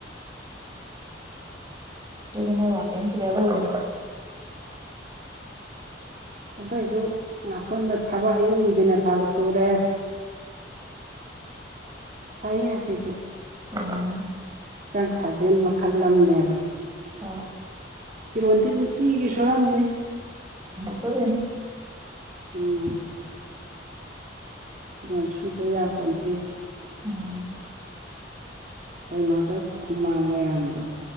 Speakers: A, on the right; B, on the right.
A: ꯗꯨꯅꯤ ꯃꯣꯏ ꯋꯥꯛꯀꯤꯡꯁꯤꯗꯤ ꯑꯔꯣꯏꯕꯤꯅꯤ
B: ꯑꯗꯣꯏꯖꯨ ꯉꯥꯎꯁꯟꯅ ꯊꯕꯛ ꯑꯌꯨꯛ ꯅꯨꯡꯗꯤꯟꯅ ꯊꯕꯛ ꯆꯨꯔꯦ ꯐꯩ ꯑꯁꯤꯆꯨ
A: ꯎꯝ
B: ꯍꯛꯆꯥꯡ ꯁꯥꯖꯦꯜ ꯃꯈꯜ ꯑꯝꯅꯦꯕ
A: ꯍꯣꯏ
B: ꯐꯤꯔꯣꯟꯗꯤ ꯅꯨꯡꯇꯤꯒꯤ ꯁꯨꯔꯝꯅꯤ
A: ꯁꯨꯔꯤꯟ
B: ꯎꯝ ꯐꯤꯔꯣꯟ ꯁꯨꯗ ꯌꯥꯄꯣꯟꯇꯦ
A: ꯎꯝ
B: ꯀꯩꯅꯣꯗ ꯍꯨꯃꯥꯡ ꯃꯌꯥꯝꯗꯣ